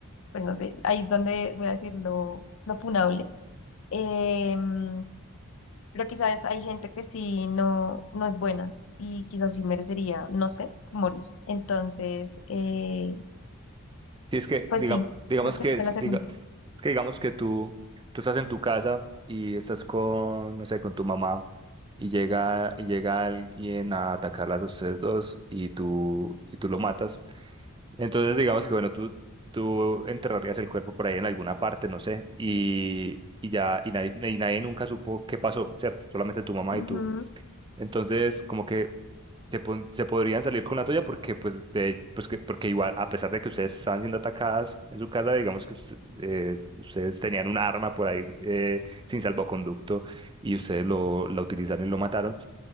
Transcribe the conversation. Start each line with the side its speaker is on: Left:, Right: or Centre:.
Left: pues no sé, ahí es donde voy a decir lo, lo funable. em, pero quizás hay gente que sí no, no es buena y quizás sí merecería, no sé, morir. Entonces, eh,
Right: Sí, es que
Left: pues
Right: diga,
Left: sí,
Right: digamos
Left: creo que
Right: que
Left: elijo
Right: es-
Left: la segunda.
Right: diga, es que digamos que tú, tú estás en tu casa y estás con, no sé, con tu mamá y llega, y llega alguien a atacarlas a ustedes dos y tú, y tú lo matas Entonces, digamos que, bueno, tú, tú enterrarías el cuerpo por ahí en alguna parte, no sé, y, y ya, y nadie, y nadie nunca supo qué pasó, ¿cierto? Solamente tu mamá
Left: Ujú,
Right: y tú. Entonces, como que se, pon- se podrían salir con la tuya porque, pues, de, pues que, porque igual, a pesar de que ustedes estaban siendo atacadas en su casa, digamos que usted- eh, ustedes tenían un arma por ahí eh, sin salvoconducto y ustedes lo, la utilizaron y lo mataron.